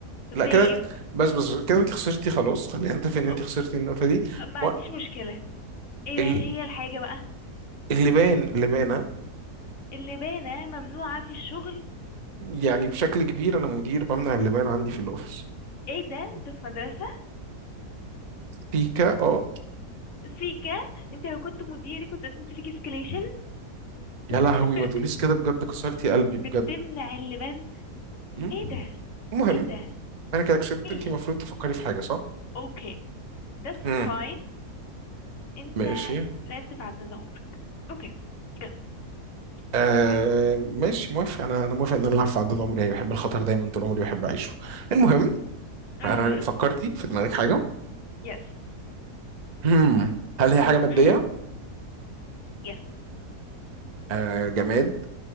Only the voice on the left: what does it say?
فيب
اوكي
ما
عنديش مشكلة ايه
هي الحاجة بقى
اللي باينة ممنوعة في الشغل
ايه ده انت في مدرسة
سيكا انت لو كنت مديري كنت قدمت فيك اسكليشن
<laughs>
بتمنع
اللبان
ايه ده
ايه ده
ماشي
اوكي that's
fine انت
لعبت في عداد عمرك اوكي got it
go ahead
امم
yes
امم yes